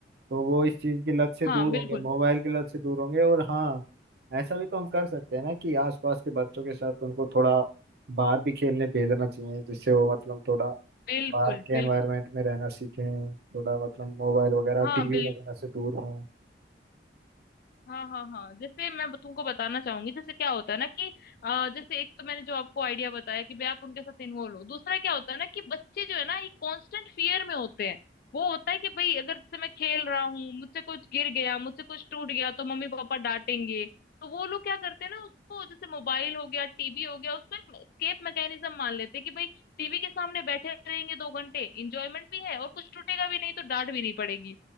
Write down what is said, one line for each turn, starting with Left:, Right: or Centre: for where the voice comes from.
Right: तो वो इस चीज की लत से
Left: हाँ
Right: दूर
Left: बिल्कुल
Right: होंगे मोबाइल की लत से दूर होंगे और हाँ ऐसा भी तो हम कर सकते हैं ना कि आसपास के बच्चों के साथ उनको थोड़ा बाहर भी खेलने भेजना चाहिए जिससे वो मतलब थोड़ा
Left: बिल्कुल
Right: बाहर के
Left: बिल्कुल
Right: एनवायरनमेंट में रहना सीखें थोड़ा मतलब मोबाइल वगैरह
Left: हाँ
Right: टीवी
Left: बिल्कुल
Right: वगैरह से दूर हों
Left: हाँ हाँ हाँ जैसे मैं तुमको बताना चाहूंगी जैसे क्या होता है ना कि अ, जैसे एक तो मैंने जो आपको आइडिया बताया कि भाई आप उनके साथ इन्वॉल्व हो दूसरा क्या होता है ना कि बच्चे जो है ना ये कांस्टेंट फियर में होते हैं वो होता है कि भाई अगर जैसे मैं खेल रहा हूँ मुझसे कुछ गिर गया मुझसे कुछ टूट गया तो मम्मी पापा डांटेंगे तो वो लोग क्या करते हैं ना उसको जैसे मोबाइल हो गया टीवी हो गया उसको एक स्केप मैकेनिज्म मान लेते हैं कि भाई टीवी के सामने बैठे रहेंगे दो घंटे इंजॉयमेंट भी है और कुछ टूटेगा भी नहीं तो डांट भी नहीं पड़ेगी